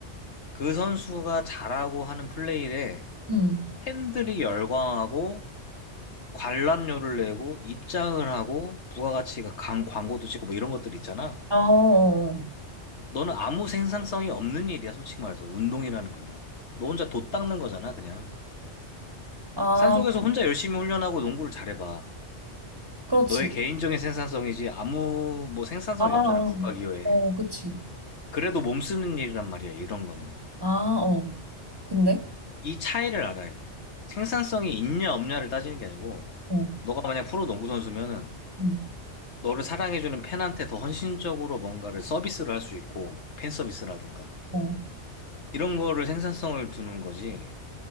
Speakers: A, on the left (about 70°); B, on the right (about 20°).
A: 그 선수가 잘하고 하는 플레이에
B: 응.
A: 팬들이 열광하고 관람료를 내고 입장을 하고 부가가치가 강 광고도 찍고 뭐 이런 것들 있잖아.
B: 어, 어,
A: 너는 아무 생산성이 없는 일이야, 솔직히 말해서. 운동이라는 거는. 너 혼자 돛 닦는 거잖아, 그냥.
B: 어.
A: 산속에서
B: 아,
A: 혼자 열심히 훈련하고 농구를 잘해봐.
B: 그렇지.
A: 너의 개인적인 생산성이지 아무 뭐 생산성이
B: 아, 아.
A: 없잖아, 국가 기여에.
B: 어, 그치.
A: 그래도 몸 쓰는 일이란 말이야, 이런 거는.
B: 아, 어. 근데?
A: 이 차이를 알아야 돼. 생산성이 있냐 없냐를 따지는 게 아니고
B: 어,
A: 너가 만약 프로 농구 선수면은
B: 응,
A: 너를 사랑해주는 팬한테 더 헌신적으로 뭔가를 서비스를 할 수 있고, 팬 서비스라든가.
B: 어.
A: 이런 거를 생산성을 두는 거지.